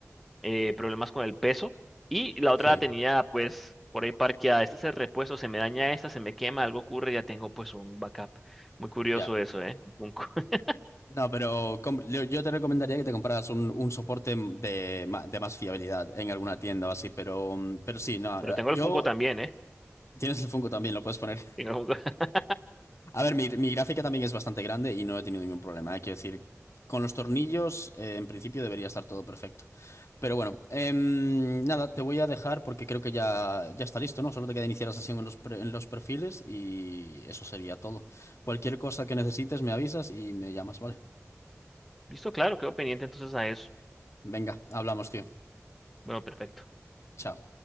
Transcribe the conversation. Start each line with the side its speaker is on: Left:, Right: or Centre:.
Centre: eh, problemas con el peso y la otra
Left: sí,
Centre: la tenía pues por ahí parqueada. Este es el repuesto, se me daña esta, se me quema, algo ocurre, ya tengo pues un backup. Muy curioso
Left: ya.
Centre: eso, ¿eh? Un Funko. <laughs>
Left: No, pero com- yo, yo te recomendaría que te compraras un, un soporte de, ma- de más fiabilidad en alguna tienda o así, pero, mm, pero sí, no.
Centre: Pero tengo
Left: Yo,
Centre: el Funko también, ¿eh?
Left: tienes el Funko también, lo puedes poner.
Centre: Tengo el Funko. <laughs>
Left: A ver, mi, mi gráfica también es bastante grande y no he tenido ningún problema. Hay que decir, con los tornillos, eh, en principio debería estar todo perfecto. Pero bueno, em, nada, te voy a dejar porque creo que ya, ya está listo, ¿no? Solo te queda iniciar la sesión en los, pre- en los perfiles y eso sería todo. Cualquier cosa que necesites, me avisas y me llamas, ¿vale?
Centre: Listo, claro, quedo pendiente entonces a eso.
Left: Venga, hablamos, tío.
Centre: Bueno, perfecto.
Left: Chao.